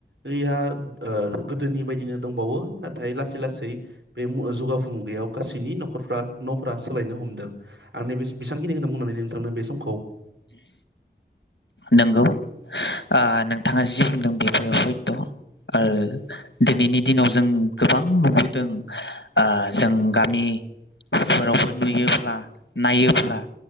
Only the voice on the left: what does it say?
नंगौ ओ नोंथाङा जि बुंदों बेफोरो सयथ' आरो दिनैनि दिनाव जों गोबां नुबोदों ओ जों गामिफोरावबो नुयोब्ला नायोब्ला